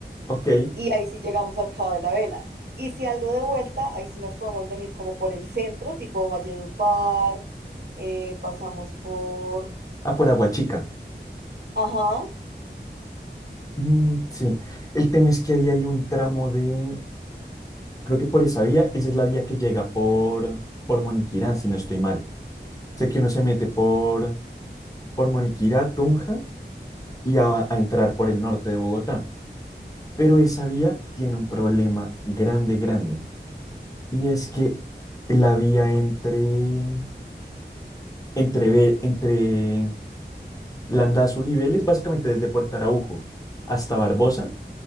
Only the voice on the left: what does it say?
Ok.
Ah, por Aguachica.
Mm, sí. El tema es que ahí hay un tramo de. Creo que por esa vía, esa es la vía que llega por, por Moniquirá, si no estoy mal. Sé que uno se mete por, por Moniquirá, Tunja, y ya va a entrar por el norte de Bogotá. Pero esa vía tiene un problema grande, grande. Y es que la vía entre, entre, Be- entre Landazuri y Vélez, básicamente desde Puerto Araujo hasta Barbosa,